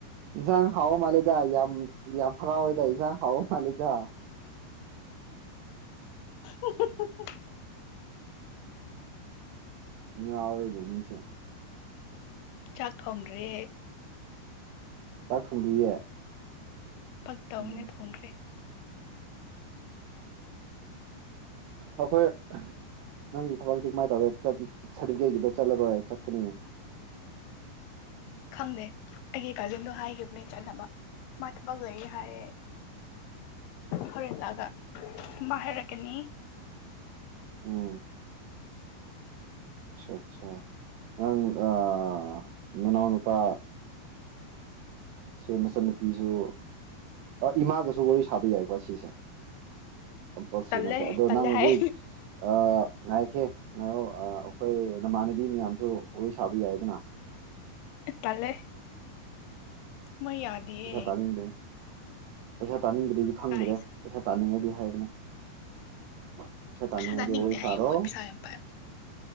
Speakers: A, on the right (about 80°); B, on the left (about 80°).
A: ꯁꯪ ꯍꯥꯎ ꯃꯥ ꯂꯩꯗ ꯌꯥꯝ ꯐꯔꯥ ꯑꯣꯏꯗꯁ ꯈꯥꯎꯣ ꯍꯜꯗ
B: <inaudible>
A: ꯉꯔꯦꯗꯦꯃꯤꯁꯦ
B: ꯆꯥꯛ ꯊꯣꯡꯗ꯭ꯔꯦꯍꯦꯛ
A: ꯆꯥꯛ ꯊꯣꯡꯗ꯭ꯔꯤꯌꯦ
B: ꯄꯛ ꯇꯎꯅ
A: ꯎꯝ
B: ꯊꯣꯡꯈ꯭ꯔꯦ
A: ꯑꯩꯈꯣꯏ ꯅꯪꯒꯤ ꯊꯕꯛꯇꯤ ꯀꯃꯥꯏꯅ ꯇꯧꯔꯦ ꯆ ꯆ ꯁꯔꯇꯤꯐꯤꯒꯦꯠꯀꯤꯗꯨ ꯆꯠꯂꯔꯣꯏ ꯆꯠꯀꯅꯤ
B: ꯈꯪꯗꯦ ꯑꯩꯒꯤ ꯀꯖꯤꯟꯗꯣ ꯍꯥꯏꯈꯤꯕꯅꯦ ꯆꯠꯅꯕ꯫ ꯃꯥ ꯊꯕꯛ ꯂꯩꯌꯦ ꯍꯥꯏꯔꯦ ꯍꯣꯔꯦꯜ ꯍꯂꯛꯑꯒ ꯃꯥ ꯍꯥꯏꯔꯛꯀꯅꯤ
A: ꯑꯣ ꯑꯆꯥ ꯅꯪ ꯑ ꯑ ꯅꯅꯥꯎ ꯅꯨꯄꯥ ꯁꯨ ꯅꯆꯟ ꯅꯨꯄꯤꯖꯨ ꯏꯃꯥꯒꯁꯨ ꯋꯥꯔꯤ ꯁꯥꯕ ꯌꯥꯏꯀꯣ ꯁꯤꯁꯦ ꯀꯝꯄꯜꯁꯔꯤ
B: ꯇꯜꯂꯦ
A: ꯅꯠꯇꯦ ꯑꯗꯣ
B: ꯇꯜꯂꯦ
A: ꯅꯪ ꯍꯧꯖꯤꯛ
B: ꯍꯥꯏ
A: ꯑ ꯉꯥꯏꯀꯦ ꯉꯥꯏꯔꯣ ꯑꯥ ꯑꯦ ꯅꯃꯥꯟꯅꯕꯤ ꯃꯌꯥꯝꯁꯨ ꯋꯥꯔꯤ ꯁꯥꯕ ꯌꯥꯏꯗꯅ
B: ꯇꯜꯂꯦ꯫ ꯃꯣꯏ ꯌꯥꯗꯤꯌꯦ꯫
A: ꯄꯩꯁꯥ ꯇꯥꯅꯤꯡꯗ꯭ꯔꯦ ꯄꯩꯁꯥ ꯇꯥꯅꯤꯡꯗ꯭ꯔꯗꯤ
B: ꯏꯀꯥꯏꯖꯩ
A: ꯈꯪꯗ꯭ꯔꯦ ꯄꯩꯁꯥ ꯇꯥꯅꯤꯡꯉꯗꯤ <unintelligible> ꯇꯥꯅꯤꯡꯉꯗꯤ
B: ꯄꯩꯁꯥ ꯇꯥꯅꯤꯡꯗꯦ
A: ꯋꯥꯔꯤ ꯁꯥꯔꯣ
B: ꯍꯥꯏꯌꯦ ꯃꯣꯏ ꯄꯩꯁꯥ ꯌꯥꯝ ꯄꯥꯏ